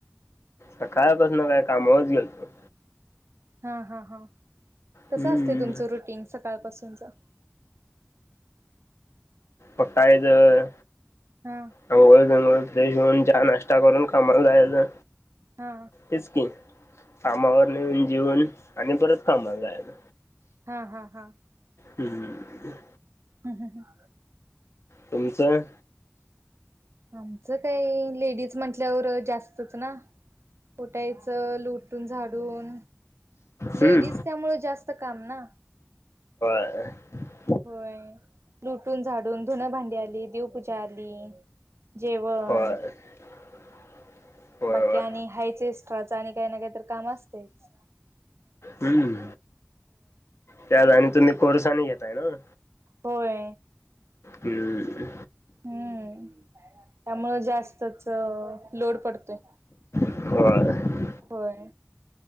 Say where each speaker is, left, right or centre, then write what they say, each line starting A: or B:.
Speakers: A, on the left; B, on the right.
A: सकाळ पासनं काय कामावरचं गेलतो.
B: हा हा हा, कसं
A: हम्म.
B: असतंय तुमचं रुटीन सकाळ पासूनचं? तुमचं.
A: उठायचं
B: हा
A: आंघोळ बिंगोळ जेवण, चहा, नाश्ता करून कामाला जायचं
B: हा
A: हेच की. कामावर येऊन जेवून आणि परत कामाला जायचं.
B: हा हा हा.
A: हम.
B: हम हम ह.
A: तुमचं?
B: आमचं काही लेडीज म्हटल्यावर जास्तच ना. उठायचं लोटून झाडून लेडीज
A: हम्म.
B: त्यामुळे जास्त काम ना.
A: अ.
B: होय, लोटून -झाडून, धुण- भांडी आली, देवपूजा आली. जेवण
A: होय <unintelligible> होय
B: बाकी
A: होय.
B: आणि हायच एक्स्ट्राचं आणि काही ना काही तर काम असतयचं.
A: हम त्यात आणि तुम्ही कोर्स आणि घेताय नव्ह?
B: होय,
A: हम्म.
B: हम. हम त्यामुळे जास्तचं लोड पडतोय.
A: होय.
B: होय.